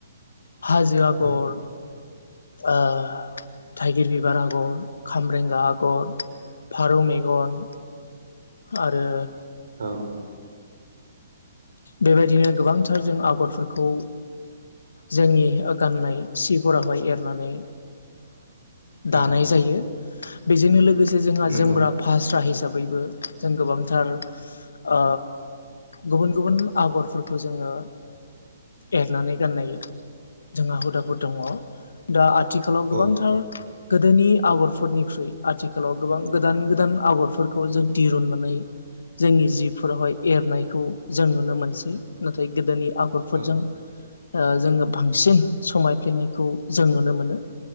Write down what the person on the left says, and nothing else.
हाजो आगर
आ थाइगिर बिबार आगर खामरेंगा आगर फारौ मेगन आरो
बेबायदिनो गोबांथार जों आगरफोरखौ जोंनि गाननाय सिफोरावहाय एरनानै दानाय
जायो बेजोंनो लोगोसे जोंहा
जोमग्रा फास्रा हिसाबैबो जों गोबांथार ओ गुबुन गुबुन आगरफोरखौ जोङो एरनानै गाननाय जोंहा हुदाफोर दङ दा आथिखालाव गोबांथार
गोदोनि आगरफोरनिख्रुइ आथिखालाव गोबां गोदान गोदान आगरफोरखौ जों दिरुननानै जोंनि जिफोरावहाय एरनायखौ जों नुनो मोनो नाथाय गोदोनि आगरफोरजों
जोङो बांसिन समायफ्लेनायखौ जों नुनो मोनो